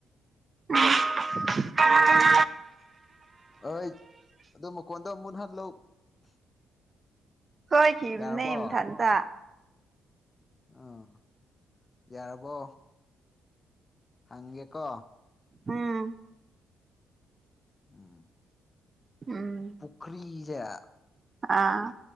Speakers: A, on the right; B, on the left.
A: <unintelligible>
B: ꯑ‌ꯣꯏ ꯑꯗꯨ ꯃꯈ‌ꯣꯟꯗꯨ ꯃꯨꯊꯠꯂꯨ <unintelligible>
A: ꯁꯣꯏꯈꯤꯕꯅ‌ꯦ
B: ꯌꯥꯔꯕꯣ
A: ꯃꯊꯟꯇ
B: ꯑꯣ ꯌꯥꯔꯕꯣ ꯍꯪꯒ‌ꯦꯀꯣ
A: ꯎꯝ
B: ꯎꯝ
A: ꯎꯝ
B: ꯄꯨꯈ꯭ꯔꯤ ꯁ‌ꯦ
A: ꯑꯥ